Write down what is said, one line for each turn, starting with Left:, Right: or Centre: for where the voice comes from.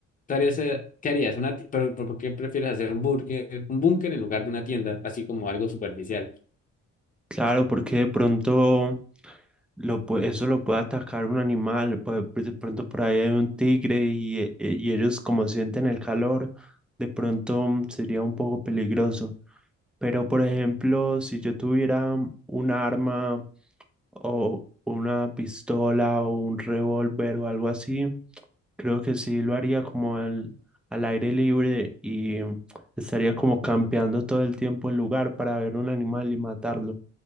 Left: tú harías, eh, qué harías? Una, ti- pero, pero ¿por qué prefieres hacer un búnker, un búnker en lugar de una tienda? Así como algo superficial.
Centre: claro, porque de pronto lo, pue- eso lo puede atacar un animal, puede- pues, de pronto por ahí hay un tigre y, e- e- y ellos como sienten el calor, de pronto mm, sería un poco peligroso. Pero por ejemplo, si yo tuviera un arma o una pistola o un revólver o algo así, Creo que sí lo haría como al, al aire libre y estaría como campeando todo el tiempo el lugar para ver un animal y matarlo.